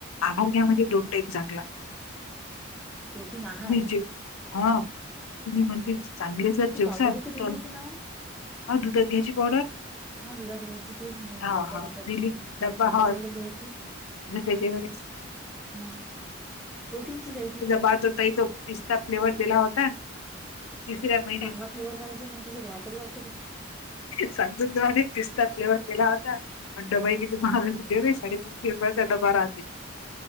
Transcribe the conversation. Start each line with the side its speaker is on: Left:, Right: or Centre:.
Left: आहार घ्या म्हणजे
Centre: हा
Left: दोन टाइम चांगला.
Centre: प्रोटीन आहार
Left: मीरची हा.
Centre: हा
Left: तुम्ही म्हणते
Centre: हा
Left: चांगले जर
Centre: ती
Left: जेवसाल
Centre: पावडर इथे
Left: तर
Centre: दिली
Left: अहो
Centre: की ना
Left: दुधात घ्यायची पावडर.
Centre: हा दुधात घ्यायची तेच मग
Left: हा
Centre: ड्बा
Left: हा
Centre: देतात
Left: दिली
Centre: ते रात्री
Left: डब्बा
Centre: झोप कच्या
Left: हा
Centre: वेळेस घ्यायची
Left: त्याच्या वेळेस
Centre: हा प्रोटीनची च हाय ती
Left: बा होताई तो पिस्ता फ्लेवर्ह दिला होता तिसरा मई
Centre: चांगला फ्लेवर पाहिजे मग कसं घ्याय तरी वाटते ते
Left: शांगु दवाने पिस्ता फ्लेवर दिला होता आणि त्या बाईने किती महागच साडे तीन गेऊ
Centre: हा